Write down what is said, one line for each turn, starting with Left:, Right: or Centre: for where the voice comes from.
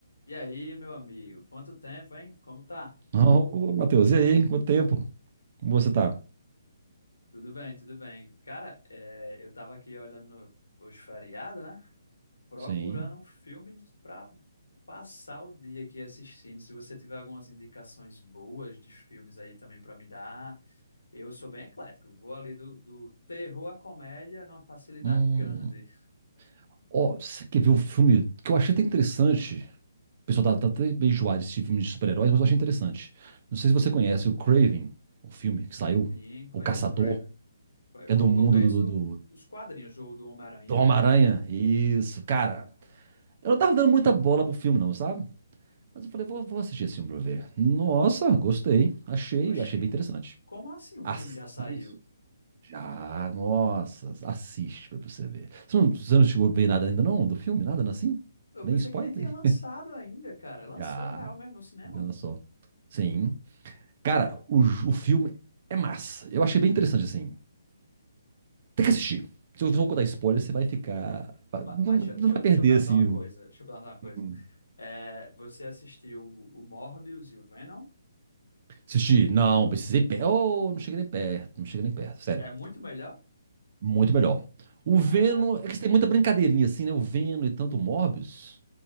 Left: E aí, meu amigo? Quanto tempo, hein? Como tá?
Right: Ô, Matheus, e aí? Quanto tempo? Como você tá?
Left: Tudo bem, tudo bem. Cara, é, eu tava aqui olhando os feriados, né? Procurando
Right: Sim.
Left: um filme pra passar o dia aqui assistindo. Se você tiver algumas indicações boas de filmes aí também pra me dar, eu sou bem eclético. Vou ali do, do terror à comédia numa facilidade
Right: Hum.
Left: grande.
Right: Ó, você quer ver um filme que eu achei até interessante? O pessoal tá, tá até bem enjoado desse filme de super-heróis, mas eu achei interessante. Não sei se você conhece o Craven, o filme que saiu,
Left: Sim, conheço
Right: O Caçador,
Left: o Craven. Eu
Right: que
Left: co-
Right: é do mundo
Left: eu conheço
Right: do, do, do
Left: os quadrinhos do, do Homem-Aranha,
Right: do Homem-Aranha.
Left: né?
Right: Isso, cara. Eu não tava dando muita bola pro filme, não, sabe? Mas eu falei, vou, vou assistir esse filme pra ver. Nossa, gostei. Achei,
Left: Oxi,
Right: achei bem interessante.
Left: como assim o
Right: Assista.
Left: filme já saiu?
Right: Já, nossa, assiste pra você ver. Você não, você não chegou a ver nada ainda não do filme? Nada assim?
Left: Eu
Right: Nem
Left: pensei
Right: spoiler?
Left: que nem tinha lançado ainda, cara. Lançou
Right: Já,
Left: real mesmo no cinema?
Right: olha só. Sim. Cara, o, j- o filme é massa. Eu achei bem interessante, assim. Tem que assistir. Se eu não contar spoiler, você vai ficar... vai-
Left: Ma-
Right: Não,
Left: Mas
Right: não
Left: deixa, deixa-
Right: vai
Left: deixa
Right: perder,
Left: eu perguntar
Right: assim.
Left: uma coisa.
Right: um-
Left: Deixa eu perguntar uma coisa.
Right: um-
Left: É, você assistiu o Morbius e o Venom?
Right: Assistir. Não, precisei... Pe... Oh, não cheguei nem perto. Não cheguei nem perto, sério.
Left: É muito melhor?
Right: Muito melhor. O Venom...
Left: Ah,
Right: É que tem muita brincadeirinha, assim, né? O Venom e tanto o Morbius...